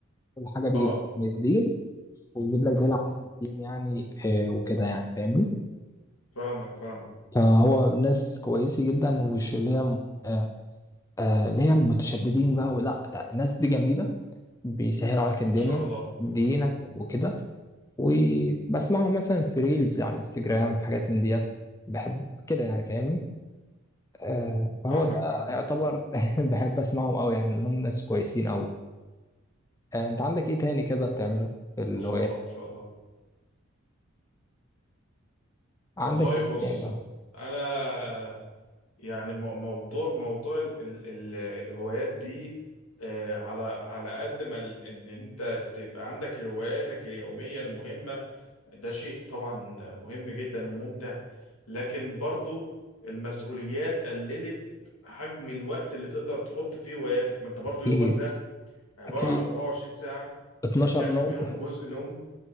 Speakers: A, on the left; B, on the left.
A: كل حاجة بيجيب
B: اه
A: لك من الدين ويجيب لك دليل عليها من الدين يعني آه، وكده يعني فاهمني
B: فاهمك فاهمك
A: فهو ناس كويسة جدا ومش اللي هي آه، آه، اللي هي متشددين بقى ولا لا الناس دي جميلة بيسهلوا عليك الدنيا
B: ما شاء الله
A: دينك وكده وبسمعه مثلا في ريلز على انستجرام حاجات من ديت بحب كده يعني فاهمني آه فهو
B: فاهمك
A: ده
B: فاهمك
A: يعتبر <laughs> بحب اسمعهم قوي يعني انهم ناس كويسين قوي آه انت عندك ايه تاني كده بتعمله في الهوايات
B: ما شاء الله ما شاء الله
A: عندك
B: والله
A: ايه
B: بص
A: تاني
B: انا يعني مو- موضوع موضوع ال ال ال الهوايات دي آه، على على قد ما ال- ان انت تبقى عندك هواياتك اليومية المهمة ده شيء طبعا مهم جدا وممتع لكن برضو المسؤوليات قللت حجم الوقت اللي تقدر تحط فيه هواياتك ما انت برضو يومك
A: اكيد
B: ده عبارة
A: اكيد
B: عن 24 ساعة
A: 12
B: متاخد
A: نوم
B: منهم جزء نوم